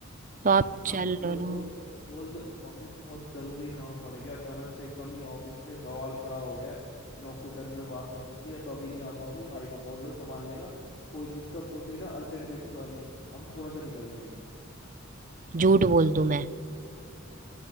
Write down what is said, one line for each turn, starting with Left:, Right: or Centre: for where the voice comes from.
Right: तो आप
Left: हाँ
Right: चल
Left: तो बोल
Right: लो
Left: दो
Right: ना
Left: बोल दो मम्मी बहुत जरूरी काम पड़ गया अचानक से एकदम ही ऑफिस से बवाल खड़ा हो गया है नौकरी जाने में बात आ चुकी है तो अभी नहीं आ पाऊंगी भाई को बोल लो संभाल लेगा कोई दिक्कत होती है ना अर्जेंट बेसिस वाली हम तुरंत निकल जाएंगे
Right: झूठ बोल दूं मैं